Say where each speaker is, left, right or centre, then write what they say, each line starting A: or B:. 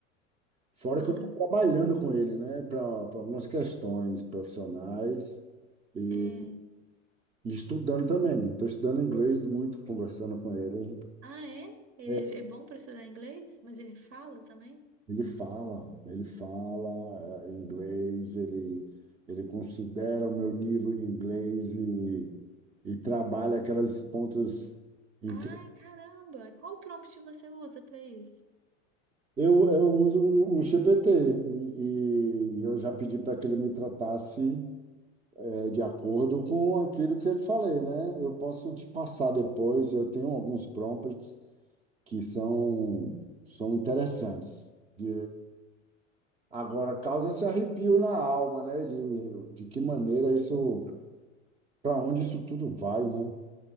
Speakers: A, on the right; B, on the right.
A: Fora que
B: Ah,
A: eu estou trabalhando com ele, né, para algumas questões profissionais e,
B: é.
A: e estudando também. Estou estudando inglês muito, conversando com ele.
B: Ah, é? Ele
A: É,
B: é é bom pra estudar inglês, mas ele fala também?
A: Ele fala, ele fala eh, inglês, ele, ele considera o meu nível de inglês e, e trabalha aquelas pontas em
B: Ai,
A: que
B: caramba! Qual prompt você usa pra isso?
A: eu, eu uso o GPT e, e eu já pedi para que ele me tratasse eh, de acordo com aquilo que ele falei, né? Eu posso te passar depois, eu tenho alguns prompts que são, são interessantes. De, Agora, causa-se arrepio na alma, né? De, de que maneira isso, para onde isso tudo vai, né?